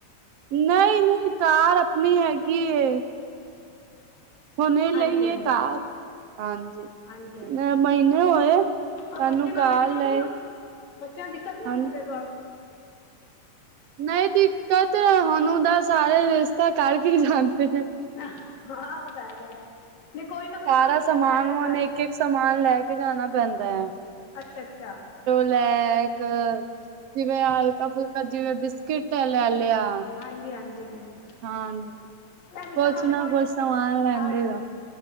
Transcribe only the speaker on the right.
ਨਹੀਂ-ਨਹੀਂ ਕਾਰ ਅਪਨੀ ਹੈਗੀ ਏ ਹੁਨੇ ਲਈ
ਏ ਕਾਰ ਹਾਂਜੀ
ਮਹੀਨਾ ਹੋਐ
ਸਾਨੂੰ
ਕਾਰ
ਲਏ
ਹਨ
ਨਹੀਂ ਦਿੱਕਤ ਹੁਨ ਉਦਾ ਸਾਰੇ ਰਿਸ਼ਤਾ ਕਰਕੇ ਈ ਜਾਂਦੇ ਨੇ
ਸਾਰਾ
ਸਮਾਨ
ਹੁਣ
ਇੱਕ ਇੱਕ ਸਮਾਨ ਲੈ ਕੇ ਜਾਨਾ ਪੈਂਦਾ ਐ
ਲੈਕ ਜਿਵੇਂ ਹਲਕਾ ਫੁਲਕਾ ਜਿਵੇਂ ਬਿਸਕਿਟ ਲੈ ਲਿਆ
ਹਾਂਜੀ
ਕੁਛ
ਨਾ
ਕੁਛ ਸਮਾਨ ਲੈੰਦੇ
ਆ